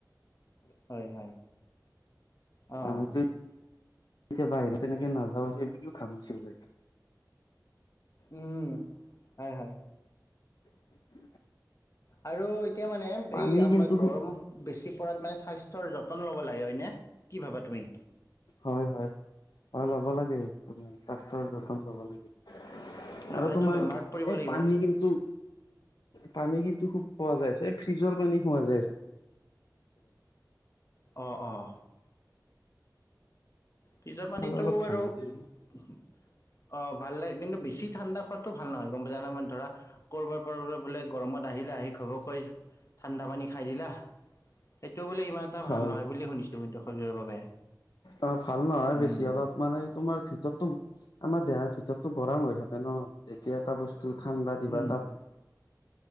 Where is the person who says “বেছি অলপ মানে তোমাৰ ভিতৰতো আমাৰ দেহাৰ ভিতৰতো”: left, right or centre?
Left